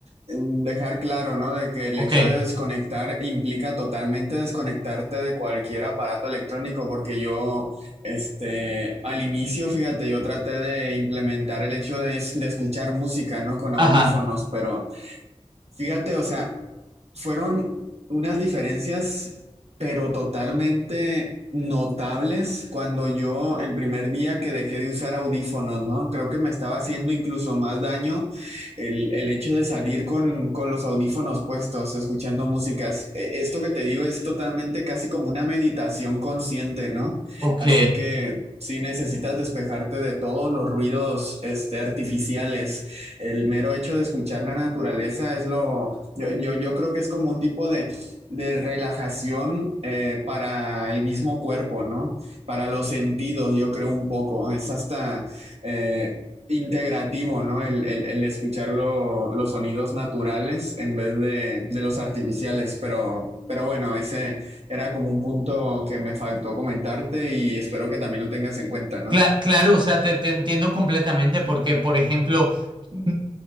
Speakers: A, on the right; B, on the right.
A: em, dejar claro, ¿no? De que el
B: Ok,
A: hecho de desconectar implica totalmente desconectarte de cualquier aparato electrónico, porque yo, este, al inicio, fíjate, yo traté de implementar el hecho de, es- de escuchar música, ¿no? Con audífonos,
B: ajá,
A: pero Fíjate, o sea, fueron unas diferencias, pero totalmente notables cuando yo el primer día que dejé de usar audífonos, ¿no? Creo que me estaba haciendo incluso más daño el, el hecho de salir con, con los audífonos puestos, escuchando músicas. Eh, Esto que te digo es totalmente casi como una meditación consciente, ¿no?
B: ok.
A: Así que si necesitas despejarte de todos los ruidos, este, artificiales el mero hecho de escuchar la naturaleza es lo, yo, yo, yo creo que es como un tipo de, de relajación eh, para el mismo cuerpo, ¿no? Para los sentidos, yo creo un poco, es hasta eh, integrativo, ¿no? El, el, el escuchar lo- los sonidos naturales en vez de, de los artificiales, pero, pero bueno, ese era como un punto que me faltó comentarte y espero que también lo tengas en cuenta, ¿no?
B: Cla- claro, o sea, te, te entiendo completamente porque, por ejemplo, n-